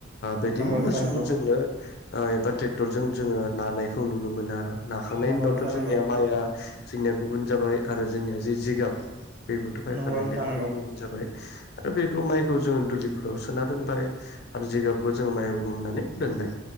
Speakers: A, on the left (about 55°); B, on the right (about 45°).
A: बिदिनो
B: नंगौ नोंथां
A: मोसौफोरजोंनो
B: नंगौ
A: एबा ट्रेक्टरजों जोङो नानायखौ नुनो मोनो आरो नाखांनायनि
B: नंगौ
A: उनावथ'
B: नोंथां
A: जोंनिया
B: नंगौ
A: माइया जोंनिया गुबुन जाबाय आरो जोंनिया जि जिगाब बेबोथ' बायफानाय
B: नंगौ नोंथां
A: बेफोरो
B: नंगौ
A: गुबुन जाबाय। दा बेखौ माइखौ जोङो दुलिफोराव सोना दोनबाय आरो जिगाबखौ जोङो माइ हमनानै दोनबाय।